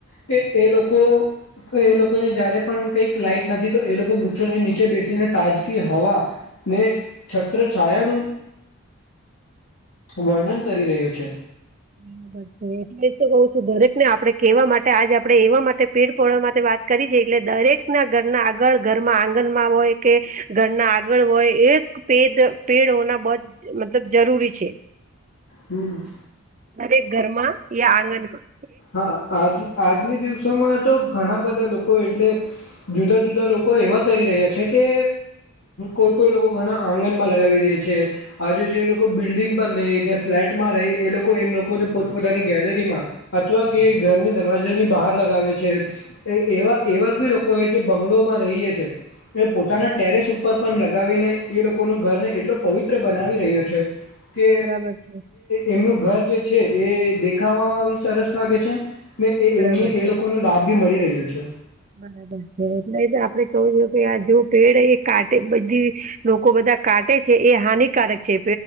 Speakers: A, on the left; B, on the right.
A: કે એ લોકો, એ લોકો ની જયારે પણ કંઈક લાઇટ નથી તો એ લોકો વૃક્ષો ની નીચે તાજી હવા, ને છત્રછાયા નુ વર્ણન કરી રહ્યું છે,
B: હા એટલે જ તો કહું છું દરેક ને આપણે કેવા માટે આજે આપણે એવા માટે પેડ પાળવા માટે વાત કરી છે. એટલે દરેક, ના ઘરના આગળ કે ઘરના આંગન માં હોય કે, ઘરના આગળ હોય એક પેડ હોના બહોત મતલબ જરૂરી છે,
A: હમહમમ
B: દરેક ઘરમાં યા આંગન માં,
A: હા આજ આજની દિવસ માં માં તો ઘણા બધા લોકો એટલે જુદા જુદા લોકો એવા કરી રહ્યા છે કે, કોઈ કોઈ લોકો ઘણા આંગન માં લગાવી દે છે, આજે જે લોકો બિલ્ડિંગ પર રહે ફ્લેટ માં રહે એ લોકો પોતપોતાની ગેલેરી માં, અથવા કે ઘરની દરવાજા ની બાર લગાવે છે, એ એવા એવા બી લોકો જે બંગલોમાં રહે છે, એ પોતાના ટેરેસ ઉપર પણ લગાવીને એ લોકો નુ ઘર એટલું પવિત્ર બનાવી રહ્યું છે, કે
B: બરાબર છે
A: એમનું ઘર જે છે એ દેખાવમાં બી સરસ લાગે છે ને એ.
B: બરાબર
A: એમને
B: છે
A: એ લોકો નો લાભ બી મળી રહયો છે
B: બરાબર છે અરલેજ કહેવુંજોઈએ કે જે પેડ હે જે કાટે લોકો બધા કાટે છે એ હાનિકારક છે